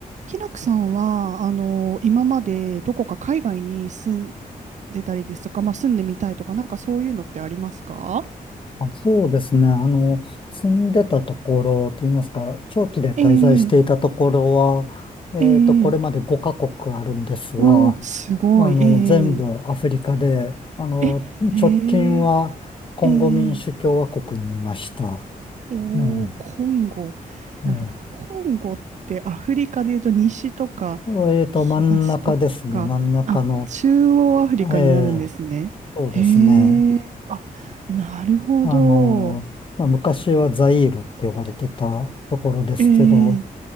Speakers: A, on the right; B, on the left.
A: ひらくさんは、あの、今までどこか海外に住んでたりですとか、まあ、住んでみたいとか、なんかそういうのってありますか
B: あ、そうですね。あの、住んでたところといいますか、長期で滞在していたところは、
A: ええ、
B: えっと、
A: ええ、
B: これまで5カ国あるんですが、
A: おー、すごい、
B: あの、
A: ええ、
B: 全部アフリカで、あの、
A: え、ええ、
B: 直近はコンゴ民主共和国にいました。
A: ええ、おー、
B: ね
A: コンゴ。
B: え、
A: なるほど。
B: ね
A: コンゴってアフリカでいうと西とか
B: ええっと、
A: 東とか、
B: 真ん中ですね。真ん中の、
A: あ、中央アフリカになるんですね。
B: ええ、そうですね。
A: へえ、あ、なるほど。
B: あの、まあ、昔はザイールって呼ばれてたところですけど、
A: ええ